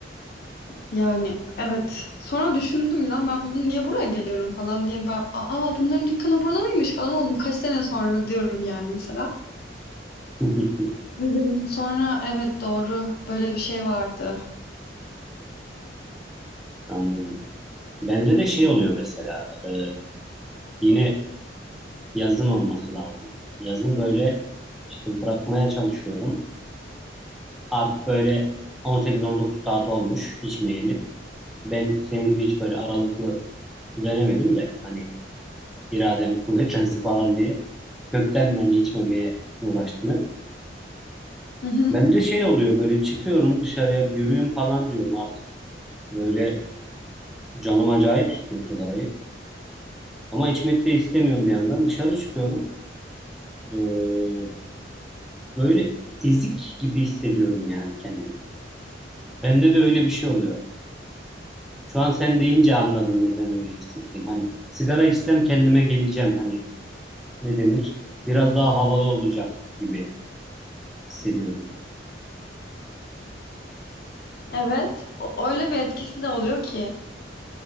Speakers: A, on the left; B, in the centre.
A: Yani evet. Sonra düşündüm lan ben bunu niye buraya geliyorum falan diye ben aa bunların dükkanı burada mıymış falan oldum. Kaç sene sonra diyorum yani mesela.
B: <laughs>
A: Dedim. Sonra evet doğru böyle bir şey vardı.
B: Anladım. Bende de şey oluyor mesela e, yine yazın olması lazım. Yazın böyle işte bırakmaya çalışıyorum. Artık böyle 18-19 saat olmuş içmeyeli. Ben senin gibi hiç böyle aralıklı denemedim de hani iradem <laughs> kuvvetlensin falan diye kökten hani içmemeye uğraştım hep.
A: Hı hı.
B: Bende şey oluyor böyle çıkıyorum dışarıya bir yürüyüm falan diyorum artık. Böyle canım acayip istiyor sigarayı. Ama içmek de istemiyorum bir yandan. Dışarı çıkıyorum. Ee, Böyle ezik gibi hissediyorum yani kendimi. Bende de öyle bir şey oluyor. Şu an sen deyince anladım neden öyle hissettiğim. Hani sigara içsem kendime geleceğim. Hani ne denir? Biraz daha havalı olacağım gibi hissediyorum.
A: Evet. O, öyle bir etkisi de oluyor ki.